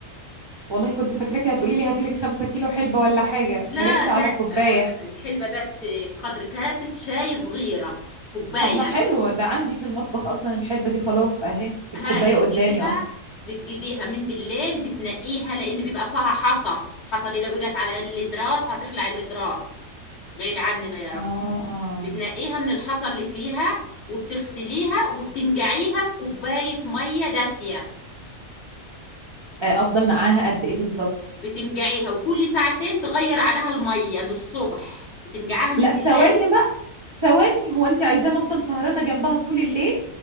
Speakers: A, on the right; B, on the left.
A: والله كنت فاكراكي هتقولي لي هاتي لك خمسة كيلو حلبه ولا حاجه
B: لا
A: ما جاتش على
B: لا
A: كوبايه
B: آه الحلبة بس قدر كاسة شاي صغيرة كوباية
A: طب ما حلو ده عندي في المطبخ اصلا الحلبه دي خلاص اهي الكوبايه
B: هادي بتجيبيها
A: قدامي اصلا
B: بتجيبيها من بالليل بتنقيها لأن بيبقى فيها حصى الحصى دي لو اجت على الإضراس هتخلع الإضراس بعيد عننا يا رب
A: اه
B: بتنقيها من الحصى اللي فيها وبتغسليها وبتنقعيها في كوباية مية دافية
A: آه، افضل نقعها قد ايه بالظبط
B: بتنقعيها وكل ساعتين تغير عليها المية للصبح بتنقعها من
A: لا
B: بالليل
A: ثواني بقى ثواني هو انت عايزاني افضل سهرانه جنبها طول الليل